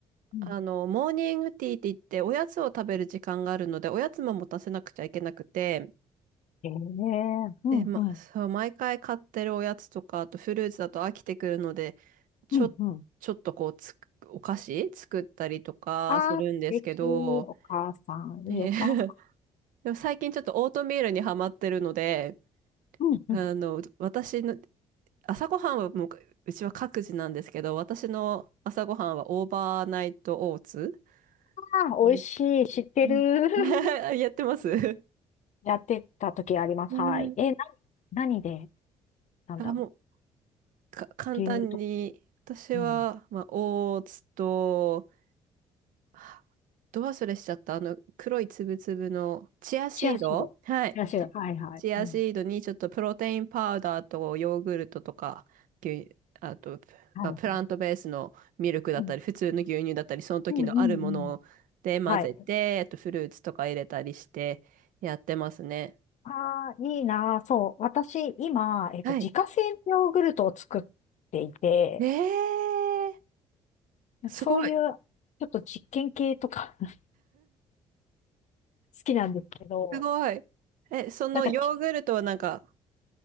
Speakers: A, on the left (about 55°); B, on the right (about 70°).
A: うん
B: あの、モーニングティーって言って、おやつを食べる時間があるので、おやつも持たせなくちゃいけなくて、
A: ええうんうん。
B: で、ま、そう、毎回買ってるおやつとか、あとフルーツだと飽きてくるので、ちょ、
A: うんうん。
B: ちょっとこうつく、お菓子作ったりとかするんですけど、
A: ああ、素敵。お母さん、
B: えー
A: いいお母
B: <laughs> でも最近ちょっとオートミールにハマってるので、
A: うんうん
B: あの、私の朝ごはんはもう、うちは各自なんですけど、私の朝ごはんはオーバーナイトオーツ。
A: あー、
B: ね。
A: <laughs> 美味しい。知ってる。
B: うん <laughs>。やってます
A: <laughs> やってた時あります。
B: うん
A: はい。え、な、何で、なんだろ
B: あ、もう、か、簡単に、
A: う。牛乳と、
B: 私は、
A: うん。
B: まあ、オーツと、はど忘れしちゃった、あの、黒いつぶつぶの、チアシードはい。
A: チアシード。チアシード。はいはい。
B: チアシードにちょっとプロテインパウダーとヨーグルトとか、
A: うん。
B: 牛あと、
A: はいはい。
B: まあ、プラントベースのミルクだったり、
A: うん
B: 普通の牛乳だったり、その時のあるもので混ぜて、
A: うんうんうん。はい。
B: あとフルーツとか入れたりしてやってますね。
A: ああ、いいなー。そう。私、今、えっと、
B: はい。
A: 自家製のヨーグルトを作っていて、
B: えー、すごい、
A: そういう、ちょっと実験系とか <laughs> 好きなんですけど、
B: すごい。え、そのヨーグルトはなんか、
A: なんかち、